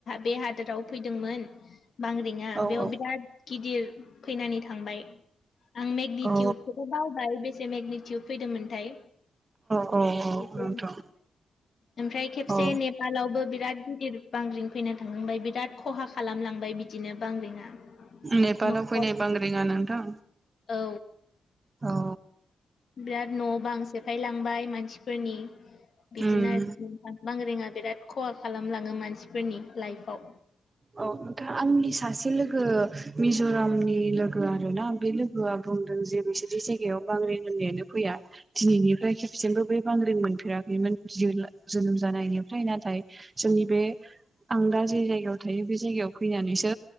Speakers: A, on the left; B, on the right.
A: बे हादोराव फैदोंमोन बांग्रिंआ।
B: औ
A: बेयाव
B: औ
A: बिराद गिदिर फैनानै थांबाय। आं मेगनिटिउडखौबो
B: अ
A: बावबाय बे से मेगनेटिउद फैदोंमोनथाय।
B: औ। औ
A: <unintelligible>
B: नोंथां
A: ओमफ्राय खेबसे
B: औ
A: नेपालावबो बिराद गिदिर बांग्रिं फैना थांखांबाय, बिराद खहा खालामलांबाय बिदिनो बांग्रिंआ।
B: नेपालाव
A: न'खर
B: फैनाय बांग्रिंङा नोंथां।
A: औ
B: <inaudible> औ।
A: बिराद न' बां सेफायलांबाय मानसिफोरनि, बिदिनो
B: उम
A: <unintelligible> बांग्रिंआ बिराद खहा खालामलाङो मानसिफोरनि, लाइफआव।
B: औ नोंथां आंनि सासे लोगो, मिज'रामनि लोगो आरो ना बे लोगोआ बुंदों जे बिसोरनि जायगायाव बांग्रिं होननायानो फैया, दिनैनिफ्राय खेबसेबो बे बांग्रिं मोनफेरा <unintelligible> जोनोम जानायनिफ्राय, नाथाय जोंनि बे आं दा जे जायगायाव थायो बे जायगायाव फैनानैसो,